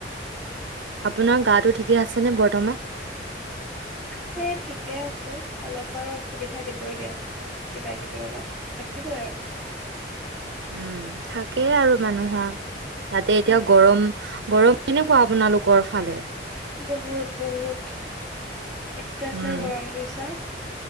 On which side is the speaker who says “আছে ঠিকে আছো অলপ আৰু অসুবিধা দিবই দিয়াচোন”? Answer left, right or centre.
Centre